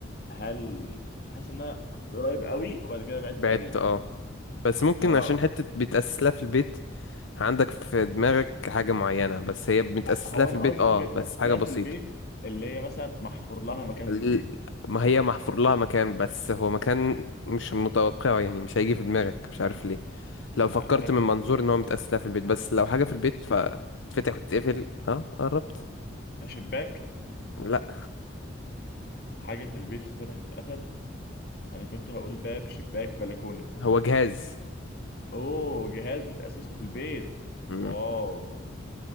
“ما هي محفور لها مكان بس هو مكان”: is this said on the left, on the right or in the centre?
Left